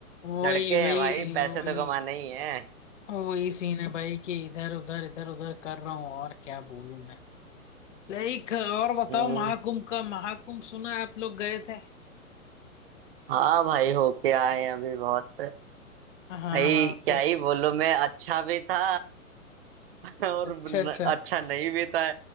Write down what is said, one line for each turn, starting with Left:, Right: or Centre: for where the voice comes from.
Left: वही
Right: लड़के हैं
Left: वही
Right: भाई पैसे
Left: वही
Right: तो कमाना ही है
Left: वही सीन है भाई कि इधर उधर इधर उधर कर रहा हूँ और क्या बोलूं मैं लाइक और बताओ
Right: हम्म
Left: महाकुंभ का महाकुंभ सुना है आप लोग गए थे
Right: हाँ भाई होके आए हैं अभी बहुत
Left: हाँ हाँ
Right: भाई
Left: हाँ,
Right: क्या
Left: तो
Right: ही बोलूं मैं अच्छा भी था <laughs> और
Left: अच्छा
Right: न,
Left: अच्छा
Right: अच्छा नहीं भी था